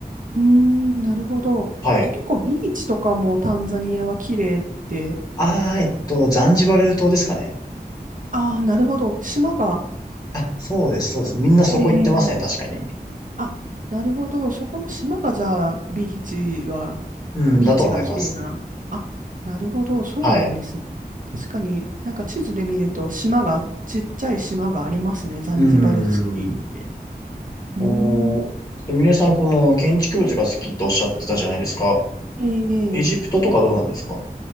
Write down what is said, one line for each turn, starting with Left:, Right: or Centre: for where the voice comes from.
Right: うーん、なるほど。
Left: はい。
Right: あと結構ビーチとかもタンザニアは綺麗って。
Left: あー、えっと、ザンジバル島ですかね。
Right: ああ、なるほど。島が。
Left: あ、そうです、そうです。みんなそこ行ってますね、
Right: ええ
Left: 確かに。
Right: あ、なるほど。そこの島がじゃあ、ビーチは、
Left: うん、
Right: ビーチが綺麗な。
Left: だと思います。
Right: あ、なるほど。そうなんですね。
Left: はい。
Right: 確かになんか地図で見ると、島が、ちっちゃい島がありますね。ザンジバルシティって。
Left: うーん。
Right: うーん。
Left: おー。ミネさん、この建築物が好きとおっしゃってたじゃないですか。
Right: ええ
Left: エジプトとかどうなんですか